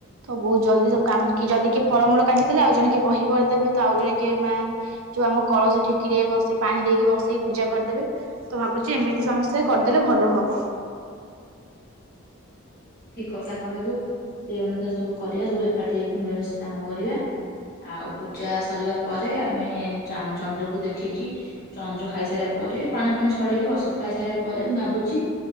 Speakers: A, on the right; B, on the left.
A: ତ ବହୁତ ଜଲଦି ସବୁ କାମ ଯଦି କି ଫଳମୂଳ କାଟିଦେଲେ ଆଉ ଜଣେ କି ବହି କରିଦେବେ ତ ଆଉ ଜଣେ କି ମାଆ ଯୋଉ ଆମ କଳସ ଠିକିରେ ବସେଇ ପାଣି ଦେଇକି ବସେଇକି ପୂଜା କରିଦେବେ ତ ଭାବୁଛି ଏମିତି ସମସ୍ତେ କରିଦେଲେ ଭଲ ହବ।
B: ଏକଥା କହିଲୁ ସେଇ ଅନୁସାରେ ସବୁ କରିବା ସବୁ ଏକାଠି ହେଇକି ମିଳିମିଶି କାମ କରିବା ଆଉ ପୂଜା ସରିବା ପରେ ଆମେ ଚନ୍ଦ୍ରକୁ ଦେଖିକି ଚନ୍ଦ୍ର ଖାଇସାରିବା ପରେ ପାଣି ଫାଣି ଛଡେଇକି ବସତ ଖାଇସାରିବା ପରେ ମୁଁ ଭାବୁଛି